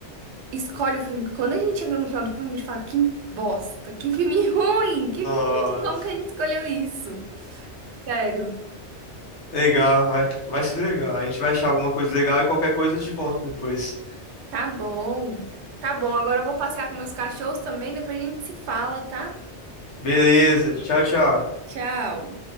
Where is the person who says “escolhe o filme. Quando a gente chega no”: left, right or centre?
Right